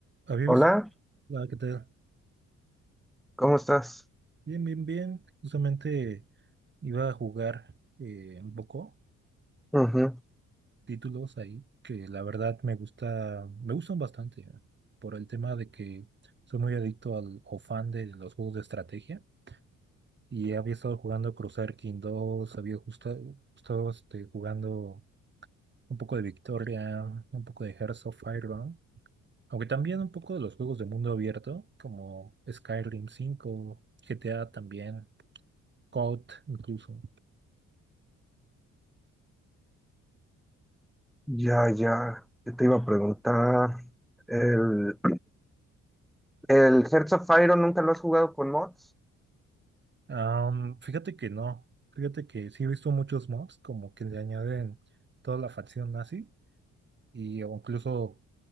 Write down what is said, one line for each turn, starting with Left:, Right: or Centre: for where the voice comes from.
Right: Había
Centre: Hola,
Right: visto la que te...
Centre: ¿cómo estás?
Right: Bien, bien, bien. Justamente iba a jugar eh, un poco
Centre: Ujú,
Right: títulos ahí que la verdad me gusta, me gustan bastante ¿eh? por el tema de que soy muy adicto al o fan de los juegos de estrategia y había estado jugando Crusader King dos había justa- estado este, jugando un poco de Victoria, un poco de Hearts of Iron, aunque también un poco de los juegos de mundo abierto como Skyrim 5, GTA también. Code incluso.
Centre: Ya, ya, ¿qué te iba a preguntar? El, <clears throat> el Hearts of Iron nunca lo has jugado con mods?
Right: Am, fíjate que no, fíjate que sí he visto muchos mobs como que le añaden toda la facción nazi y o incluso